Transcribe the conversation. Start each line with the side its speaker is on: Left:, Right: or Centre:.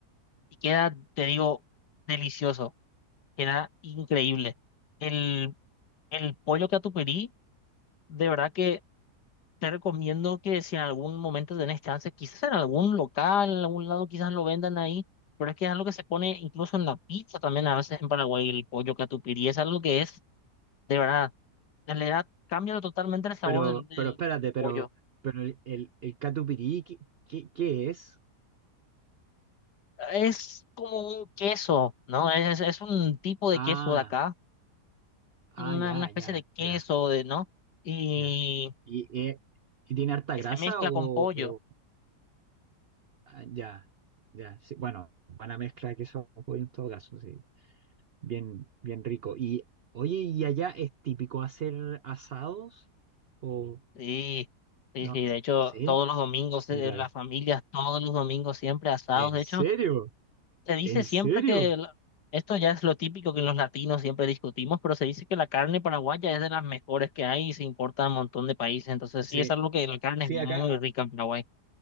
Left: y queda, te digo, delicioso, queda increíble. El, el pollo catupirí, de verdad Te recomiendo que si en algún momento tenés chance, quizás en algún local, en algún lado, quizás lo vendan ahí, pero es que es algo que se pone incluso en la pizza también, a veces en Paraguay, el pollo catupiry, es algo que es, de verdad, en realidad cambia totalmente el sabor
Right: Pero,
Left: del, del
Right: pero espérate, pero,
Left: pollo.
Right: pero el, el, el catupirí, ¿qué, qué, qué es?
Left: Es como un queso, ¿no? Es, es un tipo de
Right: Ah,
Left: queso de acá,
Right: ah,
Left: una,
Right: ya,
Left: una especie
Right: ya,
Left: de queso,
Right: ya,
Left: de, ¿no? Y
Right: ya. ¿Y, eh, ¿y tiene harta
Left: que
Right: grasa
Left: se mezcla
Right: o,
Left: con pollo.
Right: o- ah, ya, ya? sí, bueno, buena mezcla de queso con pollo en todo caso, sí. Bien, bien rico. Y, oye, ¿y allá es típico hacer asados? ¿O
Left: Sí, sí,
Right: no?
Left: sí, de hecho,
Right: ¿Sí?
Left: todos los domingos,
Right: Sí,
Left: eh,
Right: la-
Left: las familias, todos los domingos siempre asados.
Right: ¿En
Left: De
Right: serio?
Left: hecho, se dice
Right: ¿En
Left: siempre
Right: serio?
Left: que, la- esto ya es lo típico que los latinos siempre discutimos, pero se dice que la carne paraguaya es de las mejores que hay y se importa a un montón de países. Entonces,
Right: Sí,
Left: sí, es algo que la carne
Right: sí,
Left: es muy
Right: acá.
Left: rica en Paraguay.